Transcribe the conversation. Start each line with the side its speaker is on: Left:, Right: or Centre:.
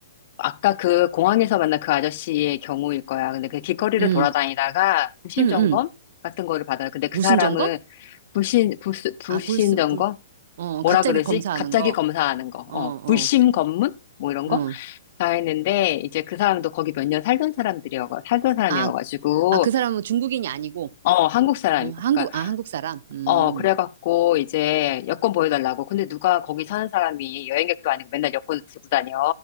Left: 아까 그 공항에서 만난 그 아저씨의 경우일 거야. 근데 그 길거리를
Right: 음
Left: 돌아다니다가 불신
Right: 음
Left: 점검
Right: 음
Left: 같은 거를 받아요. 근데 그
Right: 무슨
Left: 사람은
Right: 점검?
Left: 불신, 불, 불신
Right: 아, 불순,
Left: 점검?
Right: 불, 어,
Left: 뭐라
Right: 갑자기
Left: 그러지?
Right: 검사하는
Left: 갑자기
Right: 거.
Left: 검사하는 거.
Right: 어,
Left: 어,
Right: 어,
Left: 불심 검문? 뭐 이런
Right: 어.
Left: 거? 다 했는데, 이제 그 사람도 거기 몇 년 살던 사람들이어, 살던 사람이어가지고,
Right: 아, 아, 그 사람은 중국인이 아니고,
Left: 어, 한국 사람이고.
Right: 어, 한국,
Left: 그러니까
Right: 아, 한국 사람. 음,
Left: 어, 그래갖고 이제 여권 보여달라고. 근데 누가 거기 사는 사람이 여행객도 아니고 맨날 여권을 들고 다녀.